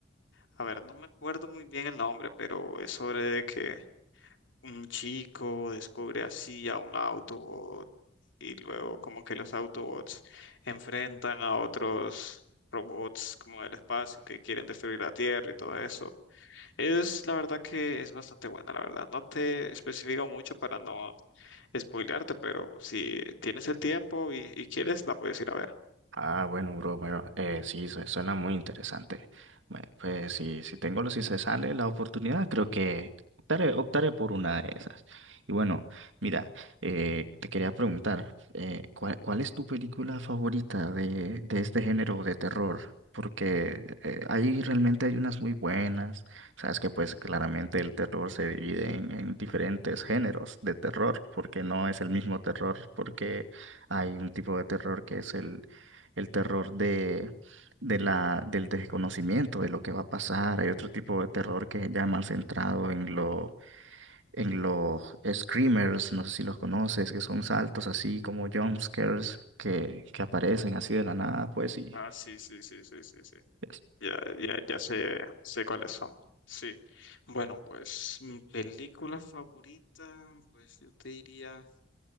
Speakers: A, on the left; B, on the right.
A: a ver, no me acuerdo muy bien el nombre, pero es sobre que un chico descubre así a un Autobot y luego como que los Autobots enfrentan a otros robots como del espacio que quieren destruir la Tierra y todo eso. Es la verdad que es bastante buena, la verdad. No te especifico mucho para no spoilearte, pero si tienes el tiempo y, y quieres, la puedes ir a ver.
B: Ah, bueno, bro, bueno, eh, sí, su- suena muy interesante. Bueno, pues si, si tengo, si se sale la oportunidad, creo que optaré, optaré por una de esas. Y bueno, mira, eh, te quería preguntar, eh, ¿cuál, cuál es tu película favorita de, de este género de terror? Porque eh, ahí realmente hay unas muy buenas. Sabes que pues claramente el terror se divide en, en diferentes géneros de terror, porque no es el mismo terror, porque... Hay un tipo de terror que es el el terror de, de la, del desconocimiento de lo que va a pasar. Hay otro tipo de terror que ya más centrado en lo, en los screamers, no sé si los conoces, que son saltos así como jump scares que, que aparecen así de la nada, pues, y
A: Ah, sí, sí, sí, sí, sí, sí.
B: es-
A: Ya, ya, ya sé, sé cuáles son. Sí. Bueno, pues mi película favorita, pues yo te diría